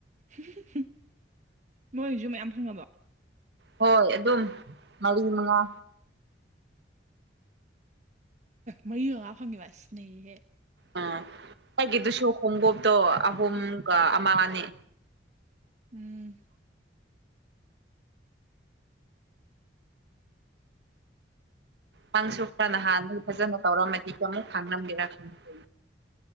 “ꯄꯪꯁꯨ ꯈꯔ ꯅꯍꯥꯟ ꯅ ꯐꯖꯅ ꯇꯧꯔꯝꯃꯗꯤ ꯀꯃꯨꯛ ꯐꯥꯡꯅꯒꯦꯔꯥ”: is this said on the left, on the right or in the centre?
Right